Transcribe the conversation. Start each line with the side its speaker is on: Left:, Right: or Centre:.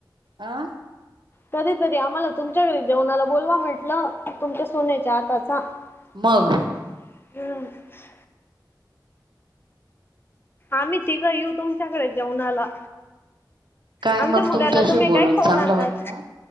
Right: आ..
Left: कधीतरी आम्हाला तुमच्याकडे जेवणाला बोलवा म्हटलं तुमच्या सुनेच्या हाताचा
Right: मग
Left: ह <unintelligible> आम्ही तिघं येऊ तुमच्याकडे जेवनाला
Right: काय
Left: आमच्या
Right: मग
Left: मुलाला
Right: तुमच्याशी
Left: तुम्ही
Right: बोलून
Left: काय खाऊ
Right: चांगलं
Left: घालणार?
Right: वाटलं